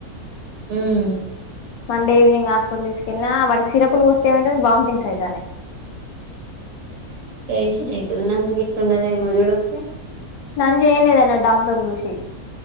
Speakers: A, on the right; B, on the left.
A: మ్మ్
B: మండే ఈవినింగ్ హస్పిటల్ తీసుకెళ్లిన ఆ వనకి సిరపులు పోస్ తే ఏమయితందీ వంతింగ్స్ అయితానే
A: ఎషీ ఆ నంజుగిట్ల ఉన్నది ఏమో చూడకపోయినవ్
B: నంజు ఏం లేదన్న డాక్టర్ చూసి